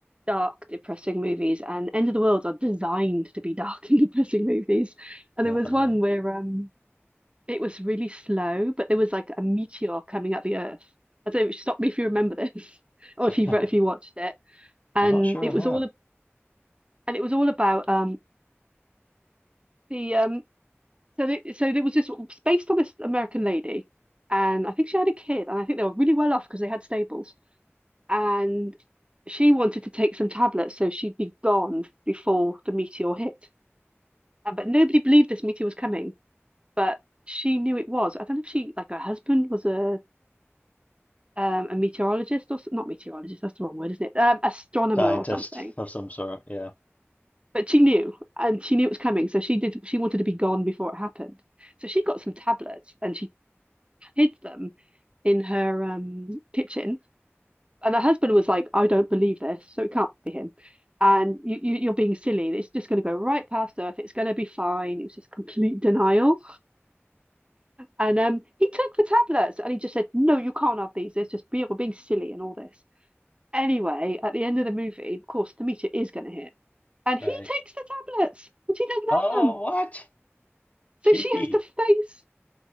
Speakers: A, on the right; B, on the left.
A: dark, depressing movies, and End of the Worlds are designed to be dark <laughs> and depressing movies. And
B: Definitely.
A: there was one where um, it was really slow, but there was like a meteor coming at the Earth. I don't know, stop me if you remember this, <laughs> or
B: <laughs>
A: if you
B: I'm
A: if you watched it. And
B: not sure
A: it
B: I
A: was
B: have.
A: all a- and it was all about um, the um, So they, so there was this it's based on this American lady, and I think she had a kid, and I think they were really well off because they had stables. And she wanted to take some tablets so she'd be gone before the meteor hit. And, but nobody believed this meteor was coming, but she knew it was. I don't know if she like her husband was a um, a meteorologist or not meteorologist. That's the wrong word, isn't it? Um, astronomer
B: Scientist
A: or something.
B: of some sort, yeah.
A: But she knew, and she knew it was coming, so she did. She wanted to be gone before it happened. So she got some tablets, and she hid them in her um kitchen. And her husband was like, I don't believe this, so it can't be him. And you, you you're being silly. It's just going to go right past Earth. It's going to be fine. It was just complete denial. And um, he took the tablets and he just said, No, you can't have these. It's just be, we're being silly and all this. Anyway, at the end of the movie, of course, the meteor is going to hit, and
B: Right.
A: he takes the tablets, and she doesn't
B: Oh,
A: have them.
B: what? Cheeky.
A: So she has to face